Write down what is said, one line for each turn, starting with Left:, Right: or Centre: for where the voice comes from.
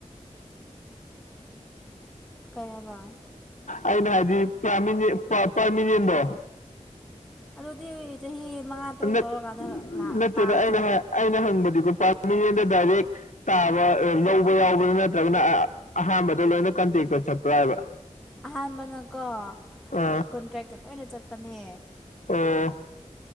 Centre: ꯀꯩ ꯍꯥꯏꯕ
Left: ꯑꯩꯅ ꯍꯥꯏꯗꯤ ꯄꯔꯃꯤꯅꯦꯟꯗꯣ
Centre: ꯑꯗꯨꯗꯤ ꯆꯍꯤ ꯃꯉꯥ ꯇꯔꯨꯛ
Left: ꯅꯠ
Centre: ꯇꯧꯔꯀꯥꯟꯗ
Left: ꯅꯠꯇꯦꯗ
Centre: ꯇꯥꯒꯗꯕ
Left: ꯑꯩꯅ ꯍꯥꯏ ꯑꯩꯅ ꯍꯪꯕꯗꯤꯀꯣ ꯄꯥꯔꯃꯤꯅꯦꯟꯗ ꯗꯥꯏꯔꯦꯛ ꯇꯥꯕ ꯂꯧꯕ ꯌꯥꯎꯕꯔꯥ ꯅꯠꯇ꯭ꯔꯒꯅ ꯑꯍꯥꯟꯕꯗ ꯂꯣꯏꯅ ꯀꯟꯇꯦꯛꯇ ꯆꯠꯄ꯭ꯔꯥ ꯍꯥꯏꯕ
Centre: ꯑꯍꯥꯟꯕꯅꯀꯣ
Left: ꯑ
Centre: ꯀꯣꯟꯇ꯭ꯔꯦꯛꯇ ꯂꯣꯏꯅ ꯆꯠꯄꯅꯦ
Left: ꯑꯣ